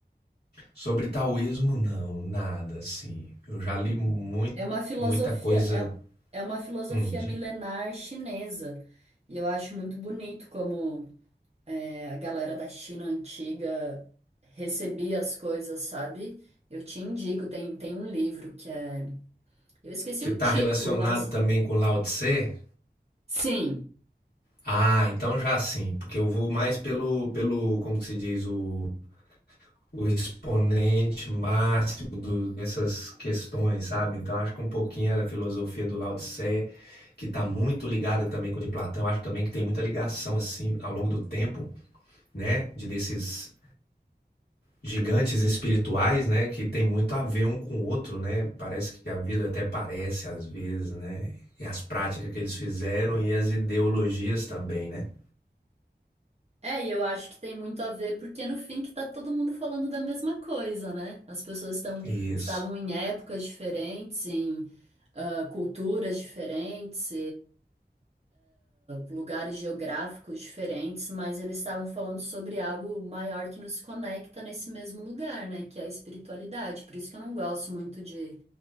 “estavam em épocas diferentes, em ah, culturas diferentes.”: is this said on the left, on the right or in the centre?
Right